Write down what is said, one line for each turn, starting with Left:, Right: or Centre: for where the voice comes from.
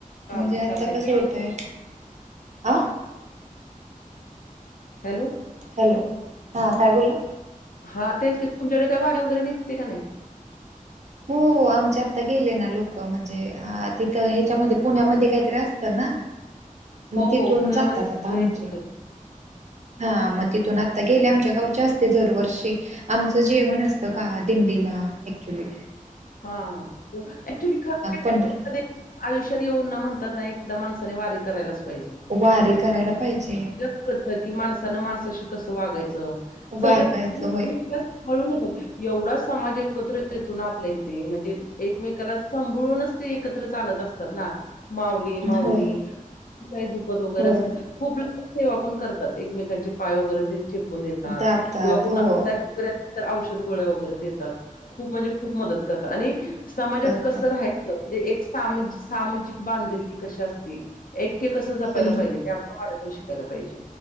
Left: चालतंय
Right: म्हणजे आता
Left: चालतंय
Right: कसं होतय. हा
Left: हॅलो,
Right: हॅलो, हा काय बोलला?
Left: हा तेच की तुमच्याकडे काय वारी वगैरे निघते का नाही?
Right: हो आमच्या आत्ता गेले ना. लोक म्हणजे तिथं ह्याच्यामध्ये पुण्यामध्ये काहीतरी असतं ना. मग
Left: हो
Right: तिथून
Left: हो पुण्यामध्ये
Right: जातात
Left: सगळे
Right: आता आमचे
Left: एकत्र आहेत.
Right: हा मग तिथून आता गेले. आमच्या गावचे असते दरवर्षी आमचं जेवण असतं का दिंडीला एक्च्युली
Left: हा ऍक्चुली काय
Right: पंढ
Left: आयुष्यात येऊन ना म्हणतात ना एकदा माणसाने वारी करायलाच पाहिजे.
Right: वारी करायला पाहिजे.
Left: कळत की माणसानं माणसाशी कसं वागायचं
Right: वागायचं
Left: सगळे नीटनीटकेपना
Right: होय.
Left: कळून येतात. एवढा समाज एकत्र येतो आपल्या येते. म्हणजे एकमेकाणा सांभाळूनच एकत्र चालत असतात ना. माऊ ली माऊली
Right: होय,
Left: काही दुखत वगैरे
Right: होय.
Left: असेल. खूप लोक सेवा पण करतात एकमेकांचे पाय वगैरे देत चे पुन देतात
Right: दाबतात
Left: किंवा कोण
Right: हो
Left: आजा री असतील तर औषध, गोळ्या वगैरे देतात. खूप म्हणजे खूप मदत करतात आणि समाजात
Right: करतात.
Left: कसं राहायचं म्हणजे एक सा सामाजिक बांधिलकी कशी असते. ऐक्य कसं जपायला
Right: हे
Left: पाहिजे. ते आपल्या वारीतून शिकायला पाहिजे